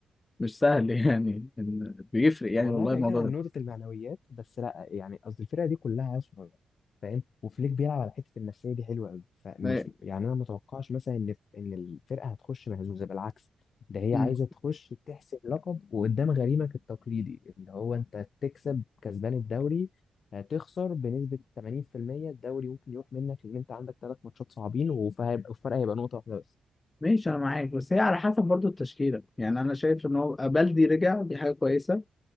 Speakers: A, on the left; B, on the left.
A: مش سهل <laughs> يعني إن- بيفرق يعني
B: والله
A: والله
B: بعيدا
A: الموضوع
B: عن
A: ده
B: نقطة المعنويات بس لا يعني قصدي الفرقة دي كلها صغيرة فاهم وفليك بيلعب على حتة النفسية دي حلوة قوي فمش
A: ما-
B: يعني أنا متوقعش مثلا إن إن الفرقة هتخش مهزوزة بالعكس ده هي
A: مم.
B: عايزة تخش تحسب لقب وقدام غريمك التقليدي اللي هو أنت تكسب كسبان الدوري هتخسر بنسبة 80% الدوري ممكن يروح منك لأن أنت عندك ثلاث ماتشات صعبين وهيبقى الفرق هيبقى نقطة واحدة بس
A: ماشي انا معاك بس هي على حسب برضو التشكيله يعني انا شايف ان هو بلدي رجع دي حاجه كويسه